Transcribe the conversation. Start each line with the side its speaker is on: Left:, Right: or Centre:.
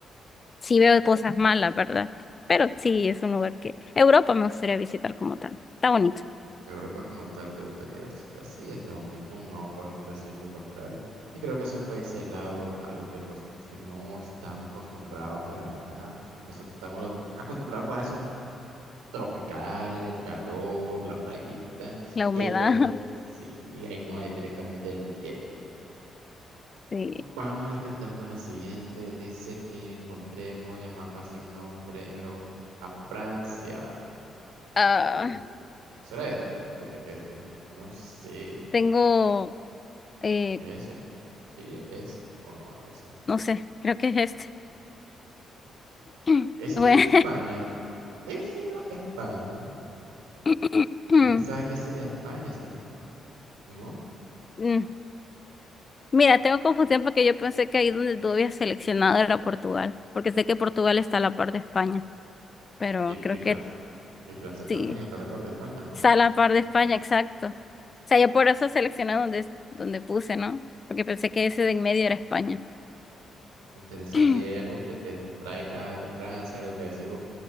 Left: sí veo cosas malas, ¿verdad? Pero sí, es un lugar que Europa me gustaría visitar como tal. Está bonito.
Right: Europa como tal te gustaría visitar. Sí, Estados Unidos, no podemos decir lo contrario. Y creo que es un país helado, algo que pues que no estamos acostumbrados para nada. Nosotros estamos lo- acostumbrados pues, a eso tropical, el calor, la playita.
Left: La
Right: Y
Left: humedad,
Right: ahí pues, sí, y ahí no hay directamente el hielo.
Left: <laughs> sí.
Right: Vamos a ver qué tal con la siguiente. Dice que encontremos en el mapa sin nombre en el, or- a Francia.
Left: Ah,
Right: Uh, ¿será este? Creo que este. No sé.
Left: tengo, eh,
Right: Ese, sí, ese, o no, ese.
Left: no sé, creo que es este. <clears throat>
Right: Ese
Left: Bueno,
Right: no era España. Ese no es España.
Left: <laughs> <clears throat>
Right: Yo pensaba que ese era España, ese, ¿no?
Left: mm, Mira, tengo confusión porque yo pensé que ahí donde tú habías seleccionado era Portugal, porque sé que Portugal está a la par de España, pero
Right: Y,
Left: creo
Right: y Francia.
Left: que
Right: Y Francia también
Left: sí,
Right: está a la par de España, ¿no?
Left: está a la par de España, exacto. O sea, yo por eso seleccioné donde, donde puse, ¿no? Porque pensé que ese de en medio era España.
Right: Interesante.
Left: Es
Right: ¿Y hay algo que te traiga de Francia? Algo que decir, uff,